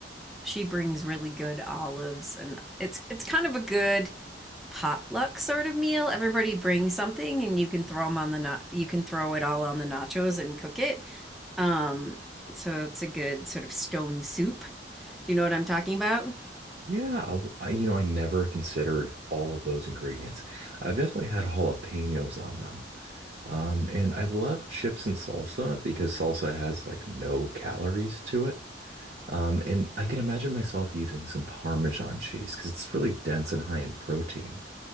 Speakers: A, in the centre; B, on the right.
A: She brings really good olives and it's it's kind of a good potluck sort of meal. Everybody brings something and you can throw them on the na- you can throw it all on the nachos and cook it. Um so it's a good sort of stone soup. Do you know what I'm talking about?
B: Yeah, w- I, you know, I never considered all of those ingredients. I've definitely had jalapenos on them. Um, and I love chips and salsa because salsa has like no calories to it. Um, and I can imagine myself using some Parmesan cheese because it's really dense and high in protein.